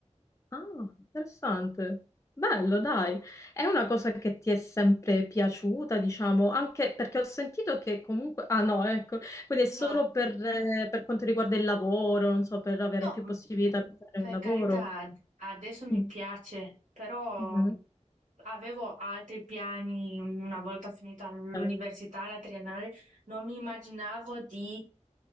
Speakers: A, on the left; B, on the right.
A: Ah, interessante. Bello, dai. È una cosa che ti è sempre piaciuta, diciamo, anche perché ho sentito che comunque... Ah no, ecco, quindi è solo
B: No,
A: per, eh, per quanto riguarda il lavoro, non so, per avere
B: no,
A: più
B: mh,
A: possibilità di fare
B: per
A: un lavoro.
B: carità, ad- adesso mi
A: Mm.
B: piace, però
A: Mhm.
B: mh, avevo altri piani una volta finita l'università,
A: Eh,
B: la triennale, non mi immaginavo di